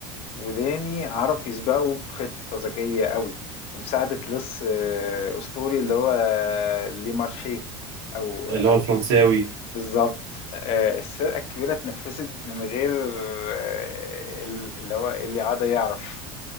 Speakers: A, on the left; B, on the right.
A: وداني عرف يسبقه بخطة ذكية قوي ومساعدة لص آه، أسطوري اللي هو آه، لي مارشيه أو
B: اللي
A: أو
B: هو الفرنساوي
A: بالضبط. آآ السرقة الكبيرة اتنفّذت من غير آه، ال اللي هو اللي عاد يعرف.